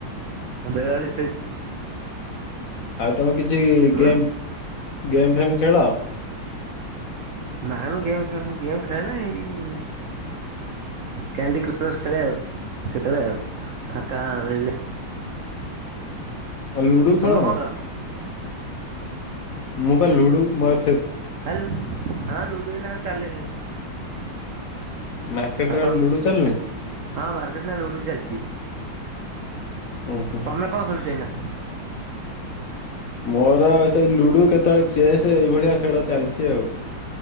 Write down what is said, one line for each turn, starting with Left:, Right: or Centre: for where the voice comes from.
Right: ବେଳାବେଳି ଶୋଇପ
Left: ଆଉ ତମେ କିଛି
Right: ଉଁ
Left: ଗେମ୍, ଗେମ୍ ଫେମ୍ ଖେଳ?
Right: ନାଇଁ ମୁଁ ଗେମ୍ ଫେମ୍ ଗେମ୍ ଖେଳେ ନାହିଁ। କ୍ୟାଣ୍ଡି କ୍ର ଖେଳେ ଆଉ କେତେବେଳେ ଆଉ ଫାଙ୍କା ମିଳିଲେ।
Left: ଆଉ ଲୁଡୁ
Right: ତମେ
Left: ଖେଳ
Right: କଣ
Left: ନାହିଁ। ମୁଁ ପା ଲୁଡୁ ମଫ୍
Right: ହାଲୁ ହଁ ଲୁଡୁ ଏଇନା ଆଉ ଚାଲିନି।
Left: ମାର୍କେଟ
Right: ଆପଣ
Left: ରେ ଆଉ ଲୁଡୁ ଚାଲୁନି?
Right: ହଁ ମାର୍କେଟ ନା ଲୁଡୁ ଚାଲିଚି।
Left: ଉଁ ହୁଁ।
Right: ତମେ କଣ ଖେଳୁଚ ଏଇନା?
Left: ମୋର ସେଇ ଲୁଡୁ କେତଳେ ଚେସ୍ ଏଇଭଳିଆ ଖେଳ ଚାଲିଚି ଆଉ।